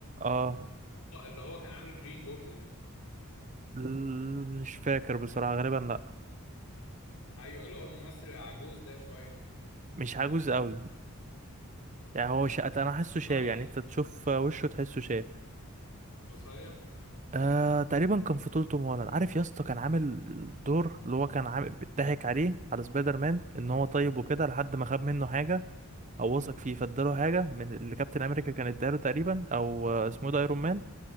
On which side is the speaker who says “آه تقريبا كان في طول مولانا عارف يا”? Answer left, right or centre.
Right